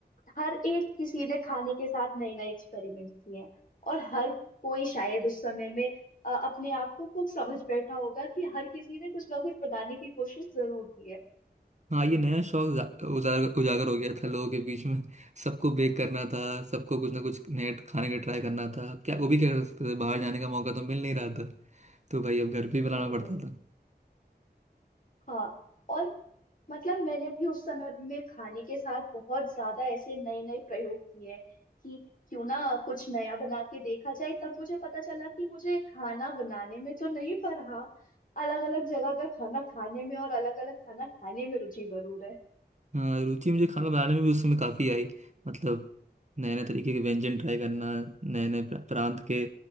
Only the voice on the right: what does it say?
हाँ ये नया शौक जा- उजागर उजागर हो गया था लोगों के बीच में सबको बेक करना था सबको कुछ ना कुछ नए खाने का ट्राई करना था क्या वो भी क्या कर सकते थे बाहर जाने का मौका तो मिल नहीं रहा था तो भाई अब घर पे ही बनाना
पड़ता था
हाँ रुचि मुझे खाना बनाने में भी उस समय काफ़ी आई मतलब नए नए तरीके के व्यंजन ट्राई करना नए नए प्रांत के